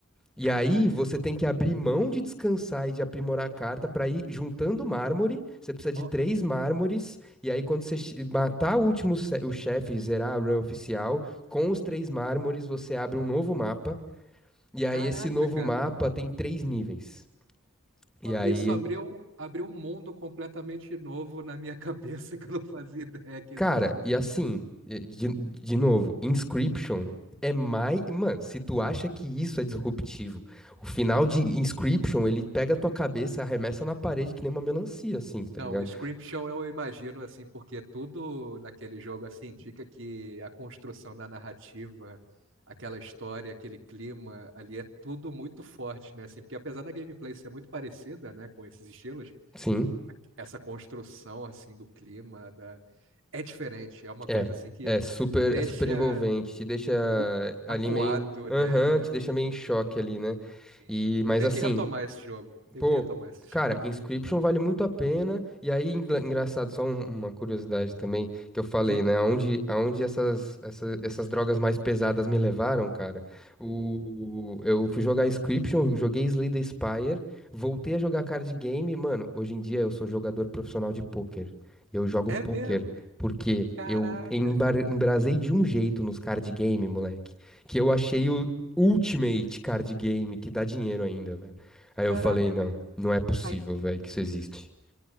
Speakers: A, in the centre; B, on the right.
A: E
B: caraca.
A: aí você tem que abrir mão de descansar e de aprimorar a carta para ir juntando mármore. Você precisa de
B: Ó,
A: três mármores. E aí, quando você che- matar o último se- o chefe, zerar a run oficial, com os três mármores você abre um novo mapa. E aí,
B: caraca,
A: esse novo
B: cara.
A: mapa tem três níveis. E
B: Ó,
A: aí,
B: isso abriu, abriu um mundo completamente novo na minha <laughs> cabeça que eu não fazia ideia que
A: cara,
B: existia.
A: e assim, e- de, de novo, Inscription é mais. Mano, se tu acha que isso é disruptivo. O final de Inscription, ele pega a tua cabeça, arremessa na parede que nem uma melancia, assim, tá
B: Não,
A: ligado?
B: o Scrimshaw eu imagino assim, porque tudo naquele jogo assim indica que a construção da narrativa, aquela história, aquele clima ali é tudo muito forte, né? Assim, porque apesar da gameplay ser muito parecida, né, com esses estilos,
A: Sim,
B: essa construção assim do clima da... é diferente, é uma
A: é.
B: coisa assim que
A: É super,
B: te deixa
A: é super envolvente, te deixa
B: i-
A: ali
B: acuado,
A: meio, aham,
B: né?
A: te deixa meio em choque ali, né?
B: Assim,
A: E
B: eu
A: mas
B: tenho
A: assim,
B: que retomar esse jogo, tenho
A: Pô,
B: que retomar esse <laughs>
A: cara,
B: jogo.
A: Inscription vale muito a pena. E aí, engla- engraçado, só um- uma curiosidade também que eu falei,
B: Diga.
A: né? Aonde, aonde essas, essa- essas drogas mais pesadas me levaram, cara? O, eu fui jogar Inscription, joguei Slay the Spire, voltei a jogar card game. Mano, hoje em dia eu sou jogador profissional de pôquer. Eu jogo
B: É
A: pôquer
B: mesmo?
A: porque
B: Caraca,
A: eu embar- embrasei de um jeito nos card game, moleque, que eu achei o Ultimate Card Game que dá dinheiro ainda, velho. Aí
B: caraca,
A: eu falei,
B: é
A: não,
B: mesmo.
A: não é possível,
B: Ai,
A: velho, que isso existe.